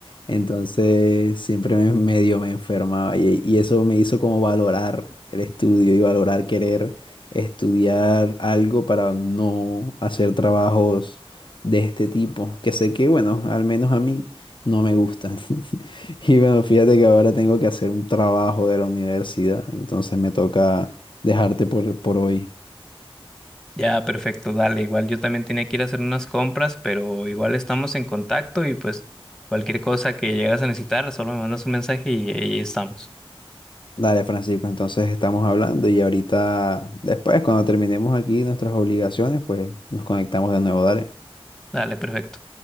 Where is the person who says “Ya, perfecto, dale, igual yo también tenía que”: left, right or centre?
Centre